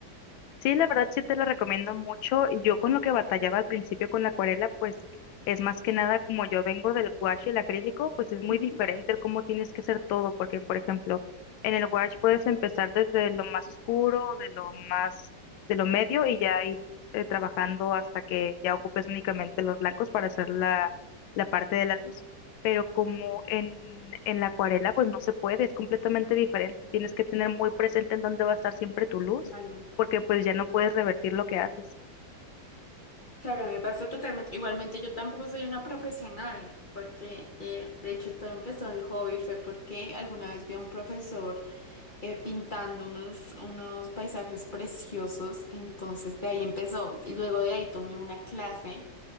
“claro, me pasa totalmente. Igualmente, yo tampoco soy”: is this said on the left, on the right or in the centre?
Left